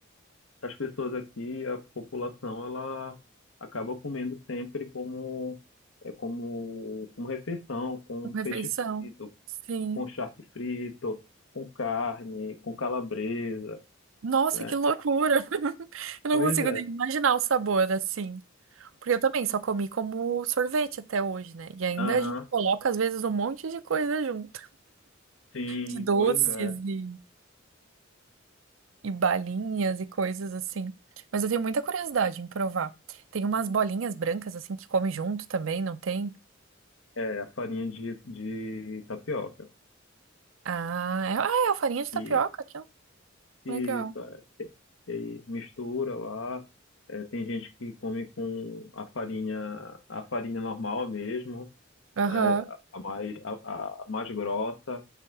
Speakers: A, on the left; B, on the right.
A: as pessoas aqui, a população, ela acaba comendo sempre como, é, como, como refeição, com
B: Como Refeição.
A: peixe frito,
B: Sim.
A: com charque frito, com carne, com calabresa.
B: Nossa,
A: né?
B: que loucura! <laughs> Eu não
A: Pois
B: consigo
A: é.
B: nem imaginar o sabor assim. Porque eu também só comi como sorvete até hoje, né? E ainda
A: Aham.
B: a gente coloca, às vezes, um monte de coisa junto.
A: Sim,
B: de doces
A: pois é.
B: e, e balinhas e coisas assim. Mas eu tenho muita curiosidade em provar. Tem umas bolinhas brancas assim que come junto também, não tem?
A: É a farinha de, de tapioca.
B: Ah, é, ah, é a farinha de tapioca
A: E
B: aqui, ó.
A: isso,
B: Legal.
A: é. E aí mistura lá. É, tem gente que come com a farinha, a farinha normal mesmo,
B: Aham,
A: é, a a mais, a, a mais grossa.